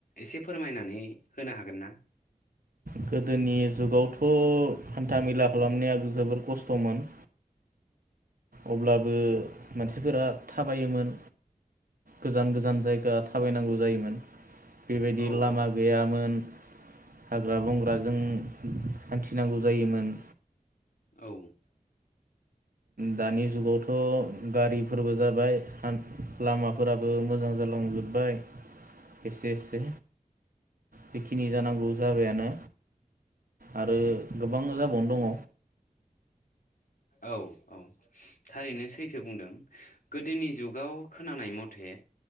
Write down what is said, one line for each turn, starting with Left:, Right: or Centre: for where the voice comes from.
Left: एसे फोरमायनानै होनो हागोन ना।
Right: गोदोनि जुगावथ हान्था मेला खालामनाया जोबोर खस्थमोन। अब्लाबो मानसिफोरा थाबायोमोन गोजान गोजान जायगा थाबायनांगौ जायोमोन। बेबायदि
Left: औ
Right: लामा
Left: औ
Right: गैयामोन। हाग्रा बंग्राजों हान्थिनांगौ जायोमोन।
Left: औ।
Right: दानि जुगावथ' गारिफोरबो जाबाय लामाफोराबो मोजां जालांजोबबाय एसे एसे जिखिनि जानांगौ जाबायानो आरो गोबां जाबावनो दङ।
Left: औ औ थारैनो सैथो बुंदों। गोदोनि जुगाव खोनानाय मथे।